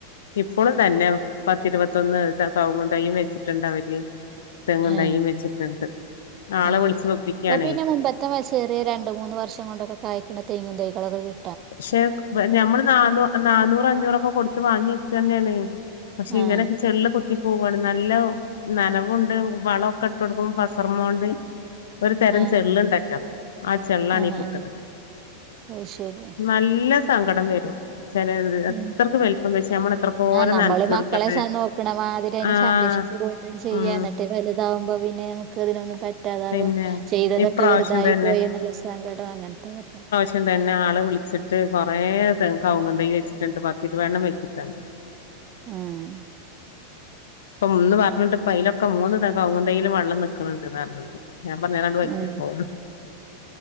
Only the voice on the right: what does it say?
ആഹ്
ആഹ്
ഇപ്പൊ പിന്നെ മുമ്പത്തെ മരി ചെറിയ രണ്ട് മൂന്ന് വർഷം കൊണ്ടൊക്കെ കായ്ക്കുന്ന തെങ്ങും തൈകളോക്കെ കി
ആഹ്
ആഹ്
ആഹ്
ആഹ്
അത് ശരിയ
ഉം
ആഹ് നമ്മള്
മക്കളെ സ നോക്കണ മാതിരി അതിനെ
സംരക്ഷിച്ചു കൊണ്ടും ചെയ്യാന്നട്ടെ
വലുതാവുമ്പോ പിന്നെ നമുക്ക് അതിനൊന്നും പ പറ്റാതാവും
ചെയ്തതൊക്കെ
വെറുതായി
പോയി നല്ല സങ്കടം അങ്ങനത്തെ വരുന്നെ
ആഹ്
ആഹ്